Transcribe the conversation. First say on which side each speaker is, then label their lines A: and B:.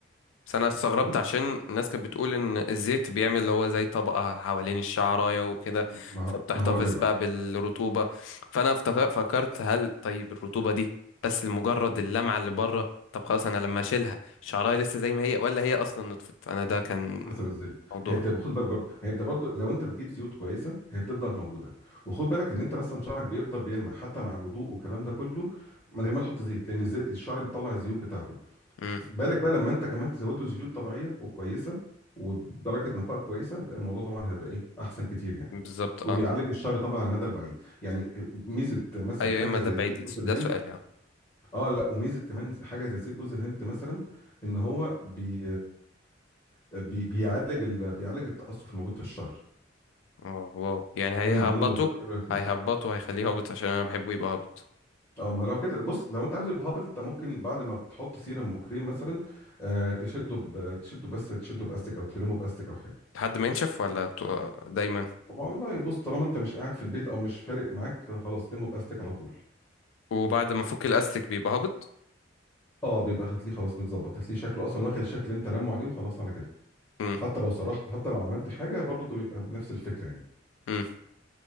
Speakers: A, on the left (about 85°); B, on the left (about 15°).
A: بس انا استغربت
B: بص
A: عشان الناس كانت بتقول ان الزيت بيعمل اللي هو زي طبقة حوالين الشعراية وكده
B: ما
A: فبتحتفظ
B: ما هقول لك بقى.
A: بقى بالرطوبة فانا افتك- فكرت هل طيب الرطوبة دي بس لمجرد اللمعة اللي بره طب خلاص انا لما اشيلها الشعراية لسه زي ما هي ولا هي اصلا نطفت انا ده كان
B: حسب الزيت
A: موضوع
B: هي بتبقى خد بالك برضه هي بتبقى برضه لو انت بتجيب زيوت كويسه هي بتفضل موجوده وخد بالك ان انت مثلا شعرك بيفضل بيلمع حتى مع الوضوء والكلام ده كله من غير ما تحط زيت لان الزي- الشعر بيطلع الزيوت بتاعته
A: امم
B: بالك بقى لما انت كمان تزود له زيوت طبيعيه وكويسه وبدرجه نقاء كويسه لا الموضوع طبعا هيبقى ايه احسن كتير يعني
A: بالظبط
B: وبيعالج
A: اه
B: الشعر طبعا على المدى البعيد يعني ميزه مثلا
A: ايوه
B: حاجه
A: اما
B: زي
A: ده بعيد
B: زيت
A: الس-
B: جوز الهند
A: ده سؤالي اه
B: اه لا وميزه كمان حاجه زي زيت جوز الهند مثلا ان هو بي بي بيعالج ال... بيعالج التقصف الموجود في الشعر
A: واو واو. يعني هيهبطوا
B: ده من ضمن المضادات اللي بيعمل فيه.
A: هيهبطوا هيخليه هابط عشان انا بحبه يبقى هابط
B: اه ما لو كده بص لو انت عايز يبقى هابط انت ممكن بعد ما تحط سيرم وكريم مثلا آه تشده ب... تشده بس تشده باستك او تلمه باستك او حاجه
A: لحد ما ينشف ولا تو- دايما
B: والله بص طالما انت مش قاعد في البيت او مش فارق معاك خلاص لمه باستك على طول
A: وبعد ما فك الاستك بيبقى هابط
B: اه بيبقى هتلاقيه خلاص متظبط هتلاقيه شكله اصلا واخد الشكل اللي انت لمه عليه وخلاص على كده
A: امم
B: حتى لو سرحته حتى لو عملت حاجه برضه بيبقى بنفس الفكره يعني
A: امم